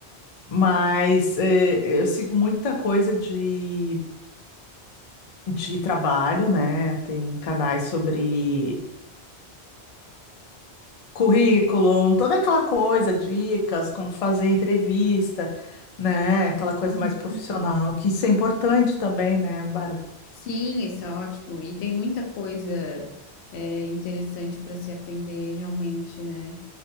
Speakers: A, on the left; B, on the left.
A: Mas eh, eu sigo muita coisa de, de trabalho, né? Tem canais sobre currículo, toda aquela coisa, dicas, como fazer entrevista, né? Aquela coisa
B: Uhum.
A: mais profissional, que isso é importante também, né, Bárbara?
B: Sim, isso é ótimo. E tem muita coisa é, interessante para se aprender realmente, né?